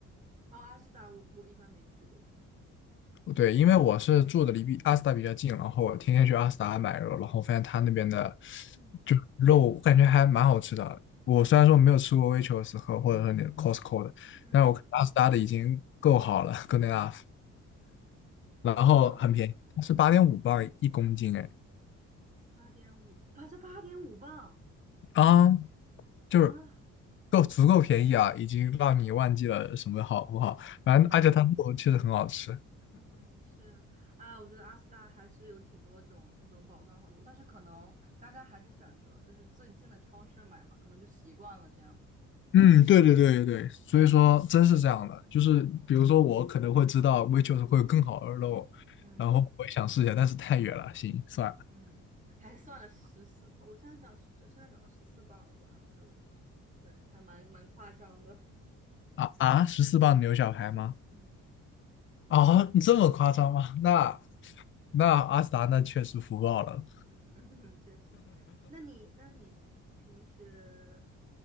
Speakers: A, on the right; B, on the left.
A: 哦，阿斯达我我一般没去过。
B: 对，因为我是住的离比阿斯达比较近，然后我天天去阿斯达买肉，然后发现他那边的
A: 嗯
B: 就肉，我感觉还蛮好吃的。我虽然说没有吃过 Waitrose 和或者说你的 Costco 的，
A: 嗯
B: 但是我看阿斯达的已经够好了，good enough。然后很便宜，
A: 啊。
B: 它是八点五磅一公斤，哎，
A: 八点五，八才八点五磅
B: 啊、就是
A: 啊！
B: 够足够便宜啊，已经让你忘记了什么好不好。反正而且它肉确实很好吃。
A: 嗯嗯，是啊，我觉得阿斯达还是有挺多种那种宝藏好路，但是可能大家还是选择就是最近的超市买嘛，可能就习惯了这样子。
B: 嗯，对对对对，所以说真是这样的，就是比如说我可能会知道 w e i h r o s e 会有更好的肉，
A: 嗯
B: 然后我也想试一下，但是太远了，行，算了。
A: 嗯，还算了十四，我现在长现在长到十四磅了吧？就对，还蛮蛮夸张的。
B: 啊啊，十四磅牛小排吗？
A: 嗯。
B: 啊，你这么夸张吗？那那阿斯达那确实福报了。
A: 嗯，<laughs> 确实。那你，那你就是平时